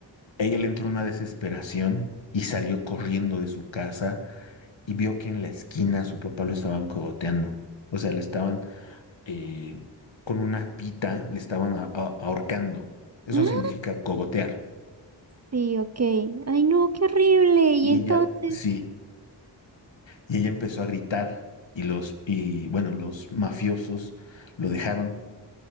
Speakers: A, on the left; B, on the right.
A: Ella le entró una desesperación y salió corriendo de su casa y vio que en la esquina su papá lo estaban cogoteando. O sea, le estaban eh, con una pita, le estaban a- a- ahorcando. Eso
B: Mm,
A: significa cogotear.
B: Sí, ok. Ay, no, qué horrible. Y
A: Y
B: entonces,
A: ella, sí, y ella empezó a gritar y los, y bueno, los mafiosos lo dejaron